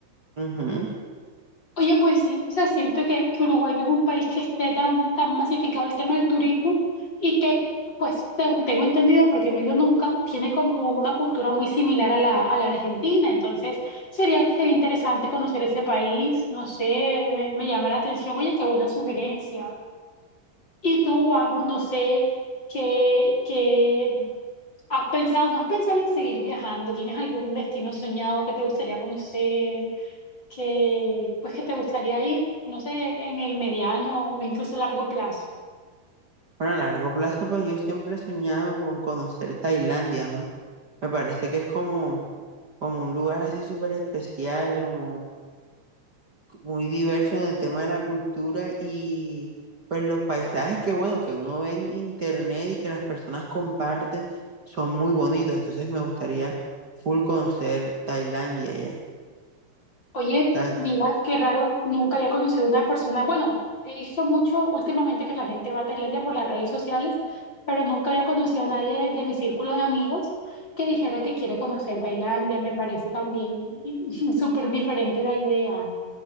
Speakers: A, on the right (about 30°); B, on the left (about 30°).
A: Ujú.
B: Oye, pues sí, o sea, siento que, que Uruguay no es un país que esté tan, tan masificado el tema del turismo y que, pues, según tengo entendido, porque no he ido nunca, tiene como una cultura muy similar a la, a la Argentina. Entonces, sería, sería interesante conocer ese país. No sé, me, me llama la atención. Oye, qué buena sugerencia. Y tú, Juanjo, no sé qué, qué has pensado, ¿no has pensado en seguir viajando? ¿Tienes algún destino soñado que te gustaría conocer, que pues que te gustaría ir, no sé, en el mediano o incluso largo plazo?
A: Bueno, a largo plazo, pues yo siempre he soñado con conocer Tailandia, ¿no? Me parece que es como como un lugar así súper especial, como muy diverso en el tema de la cultura y pues los paisajes que bueno, que uno ve en internet y que las personas comparten son muy bonitos, entonces me gustaría full conocer Tailandia ya.
B: Oye,
A: Ah,
B: mira, qué raro, nunca había conocido a una persona. Bueno, he visto mucho últimamente que la gente va a Tailandia por las redes sociales, pero nunca había conocido a nadie de, de mi círculo de amigos que dijera que quiere conocer Tailandia. Me parece también <laughs> súper diferente la idea.